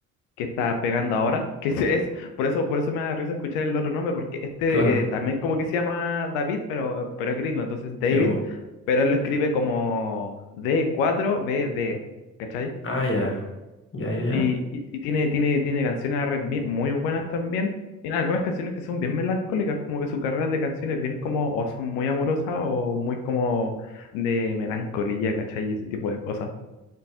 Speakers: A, on the left; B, on the left.
A: que está pegando ahora, que <laughs> ese es, por eso, por eso me da risa escuchar el otro nombre, porque este
B: claro.
A: eh, también como que se llama David, pero, pero es gringo, entonces David,
B: Sí, bo.
A: pero él lo escribe como d cuatro B D cachai
B: Ah, ya, ya, ya, ya.
A: Y, y, y tiene, tiene, tiene canciones R&B muy buenas también, tiene algunas canciones que son bien melancólicas, como que su carrera de canciones bien como, o son muy amorosas, o muy como de melancolía, ¿cachai? Y ese tipo de cosas.